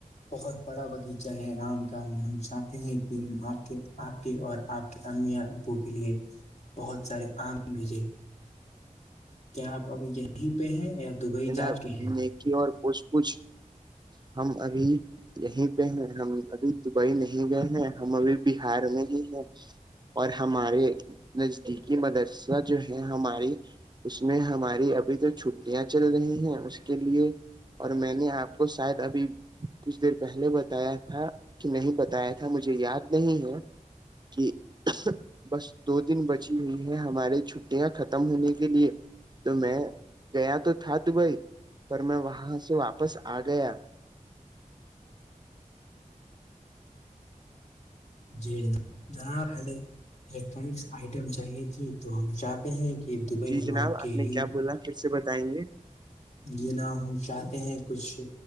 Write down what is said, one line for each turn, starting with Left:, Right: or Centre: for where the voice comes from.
Left: بہت بڑا باغیچہ ہے رام گڑاہ میں ہم چاہتے ہیں کہ ہم آپ کے آ اور آپ کے امی ابو کے لیے بہت سارے آم بھیجے کیا آپ ابھی یہیں پہ ہیں یا دبئی
Right: جناب
Left: جا کے ہیں
Right: نیکی اور پوچھ پوچھ ہم ابھی یہیں پہ ہیں ہم ابھی دبئی نہیں گئے ہیں ہم ابھی بہار میں ہی ہیں اور ہمارے نزدیکی مدرسہ جو ہے ہمارے اس میں ہماری ابھی تو چھٹیاں چل رہی ہیں اس کے لیے اور میں نے آپ کو شاید ابھی کچھ دیر پہلے بتایا تھا کہ نہیں بتایا تھا مجھے یاد نہیں ہے کہ <unintelligible> بس دو دن بچی ہوئی ہے ہماری چھٹیاں ختم ہونے کے لیے تو میں گیا تو تھا دبئی پر میں وہاں سے واپس آ گیا
Left: جی ذرا ہملے الیکٹرانکس آئٹم چاہیے تھی تو ہم چاہتے ہیں کہ دبئی
Right: جی جناب
Left: ہم آپ کے
Right: نے
Left: ہی
Right: کیا بولا پھر سے بتائیں گے
Left: یہ نہا ہم چاہتے ہیں کچھ